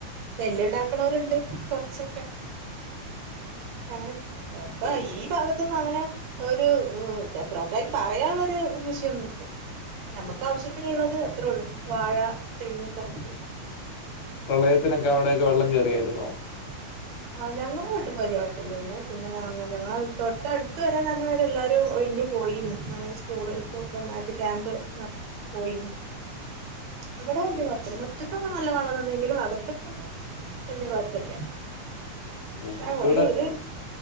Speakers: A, on the right; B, on the left.
A: നെല്ലുണ്ടാക്കണോരുണ്ട് കൊറച്ചൊക്കെ അങ്ങനെ ഇപ്പ ഈ ഭാഗത്തുന്നും അങ്ങനെ ഒരു പ്രോപ്പറയിട്ട് പറയാനുള്ള ഒരു കൃഷിന്നുമില്ല നമ്മുക്ക് ആവശ്യത്തിനുള്ളത് അത്രേ ഉള്ളു വാഴ തെങ്ങ് കവുങ്ങ്
B: പ്രളയത്തിനൊക്കെ അവിടെയൊക്കെ വെള്ളം കേയറിയായിരുന്നോ
A: ആ ഞങ്ങട്ട് പരിഴപ്പില്ലന്ന് പിന്നെ ഞങ്ങൾ തൊട്ടടുത്ത് വരാൻ തന്നെരെ എല്ലാരും ഇഞ്ഞു പോയിരുന്നു സ്കൂളക്കൊക്കെ മാറ്റ ക്യാമ്പ് നട പോയിരുന്നു എവിടെല്ല പത്തന് മുറ്റത്തൊക്കെ നല്ല വളംനിന്നെങ്കിലും അകത്തൊക്കെ ഒന്ന അല്ല കൊഴപ്പല്ല്യ പക്ഷെ
B: ഞങ്ങൾക്കിവിടെ
A: കൊറേര്